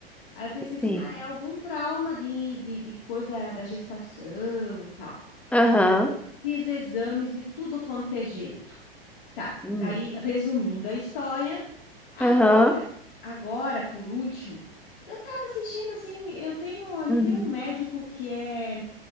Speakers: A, on the left; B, in the centre.
A: Aí eu pensei assim,
B: Sim.
A: ah, é algum trauma de, de, de coisa da, da gestação e tal.
B: Aham.
A: Fiz exames de tudo quanto é jeito. Tá,
B: Hum.
A: daí resumindo a história, agora,
B: Aham.
A: agora por último, eu estava assistindo assim, eu tenho ali
B: Uhum.
A: tem um médico que é